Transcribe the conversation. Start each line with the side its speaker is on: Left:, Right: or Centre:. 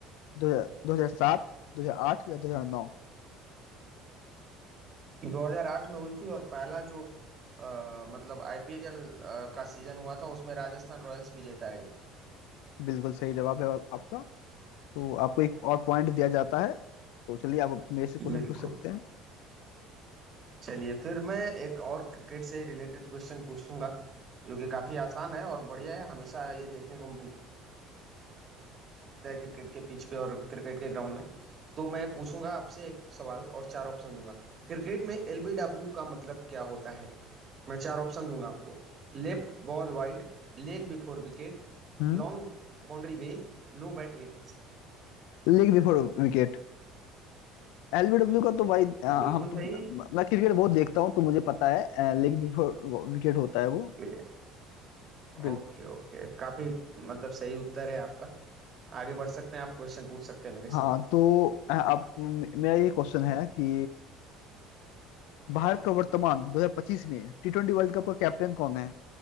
Left: दो हजार दो हजार सात दो हजार आठ या दो हजार नौ
Right: 2008 में हुई थी और पहला जो अ, मतलब आईपीएल का सीजन हुआ था उसमें राजस्थान रॉयल्स विजेता रही थी
Left: बिल्कुल सही जवाब है आप- आपका तो आपको एक और पॉइंट दिया जाता है तो चलिए आप अब मेरे से क्वेश्चन
Right: बिल्कुल
Left: पूछ सकते हैं
Right: चलिए फिर मैं एक और क्रिकेट से रिलेटेड क्वेश्चन पूछूंगा जो कि काफी आसान है और बढ़िया है हमेशा ये देखने को मिलता है क्रिकेट के पिच पे और क्रिकेट के ग्राउंड में तो मैं पूछूंगा आपसे एक सवाल और चार ऑप्शन दूंगा क्रिकेट में एलबीडब्ल्यू का मतलब क्या होता है मैं चार ऑप्शन दूंगा आपको Left ball wide leg before wicket
Left: हम्म
Right: long boundary way low bat width
Left: Leg before wicket एलबीडब्ल्यू का तो भाई अ,
Right: बिल्कुल
Left: हम तो
Right: सही
Left: मैं क्रिकेट बहुत देखता हूँ तो मुझे पता है लेग बिफोर विकेट होता
Right: ओके
Left: है वो बिल्कुल
Right: ओके ओके काफी मतलब सही उत्तर है आपका आगे बढ़ सकते हैं आप क्वेश्चन पूछ सकते हैं मेरे
Left: हाँ
Right: से
Left: तो अ- अब म- मेरा ये क्वेश्चन है कि भारत का वर्तमान 2025 में टी ट्वेंटी वर्ल्ड कप का कैप्टन कौन है